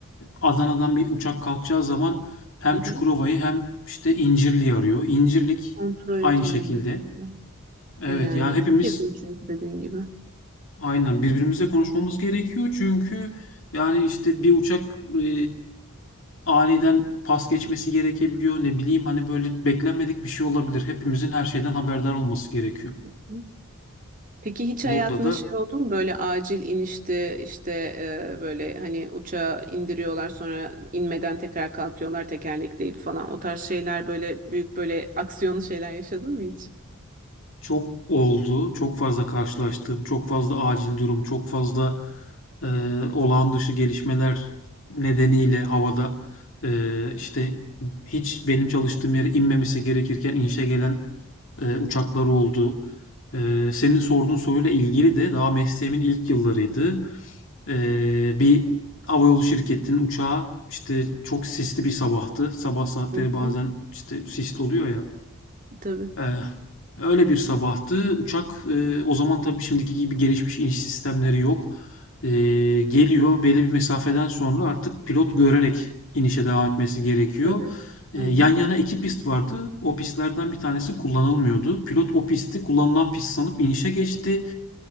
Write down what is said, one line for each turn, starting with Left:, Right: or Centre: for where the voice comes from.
Left: Adana'dan bir uçak kalkacağı zaman hem
Right: Hı hı.
Left: Çukurova'yı hem işte İncirli'yi arıyor. İncirlik
Right: Kontrol
Left: aynı
Right: etmen
Left: şekilde.
Right: gerekiyor.
Left: Evet
Right: E yani
Left: ya hepimiz
Right: çok yakın çünkü dediğin gibi.
Left: aynen birbirimizle konuşmamız gerekiyor. Çünkü yani işte bir uçak e, aniden pas geçmesi gerekebiliyor. Ne bileyim hani böyle beklenmedik bir şey olabilir. Hepimizin her şeyden haberdar olması gerekiyor.
Right: Hı. Peki hiç
Left: Burada
Right: hayatında
Left: da
Right: şey oldu mu böyle acil inişti işte e, böyle hani uçağı indiriyorlar sonra inmeden tekrar kalkıyorlar tekerlekleyip falan o tarz şeyler böyle büyük böyle aksiyonlu şeyler yaşadın mı hiç?
Left: çok oldu, çok fazla karşılaştığım, çok fazla acil durum, çok fazla e, olağan dışı gelişmeler nedeniyle havada e, işte hiç benim çalıştığım yere inmemesi gerekirken inişe gelen e, uçaklar oldu. E, senin sorduğun soruyla ilgili de daha mesleğimin ilk yıllarıydı. Ee, bir havayolu şirketinin uçağı işte çok sisli bir sabahtı. Sabah saatleri
Right: Hı hı.
Left: bazen işte sisli oluyor ya.
Right: Tabii.
Left: Ee, öyle bir sabahtı. Uçak e, o zaman tabii şimdiki gibi gelişmiş iniş sistemleri yok. Ee, geliyor belli bir mesafeden sonra artık pilot görerek inişe devam etmesi gerekiyor.
Right: Tabii.
Left: Ee,
Right: Aynen.
Left: yan yana iki pist vardı. O pistlerden bir tanesi kullanılmıyordu. Pilot o pisti kullanılan pist sanıp inişe geçti.